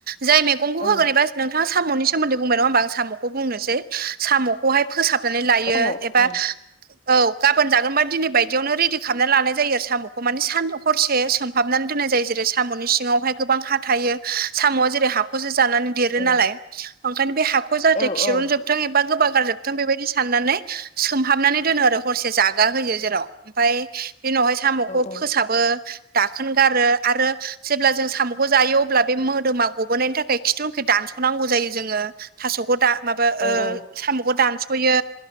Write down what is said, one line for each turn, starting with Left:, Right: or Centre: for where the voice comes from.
Right: जाय मे गंखौ
Left: औ
Right: होगोन एबा नोंथाङा साम'नि सोमोन्दै बुंबाय नङा होमबा आं साम'खौ बुंनोसै साम' खौहाय फोसाबनानै लायो
Left: साम'
Right: एबा
Left: उम
Right: औ गाबोन जागोनबा दिनै बायदियावनो रेडि खालामना लानाय जायो आरो साम'खौ माने सान हरसे सोम हाबनानै दोननाय जायो जेरै साम'नि सिङावहाय गोबां हा थायो साम'आ जेरै हाखौसो जानानै देरो
Left: औ
Right: नालाय। ओंखायनो बे हाखौ जाहाथे
Left: औ
Right: खिरनजोबथों
Left: औ
Right: एबा गोबा गारजोबथों बेबायदि साननानै सोमहाबनानै दोनो आरो हरसे जागा होयो जेराव, ओमफाय बे उनावहाय साम'खौ
Left: औ
Right: फोसाब बो दाखोन गारो आरो जेब्ला जों साम'खौ जायो अब्ला बे मोदोमा गबोनायनि थाखाय खिथुउखै दानस'नांगौ जायो जोङो। फास' गदा माबा
Left: औ
Right: ओ
Left: औ
Right: साम'खौ दानस'यो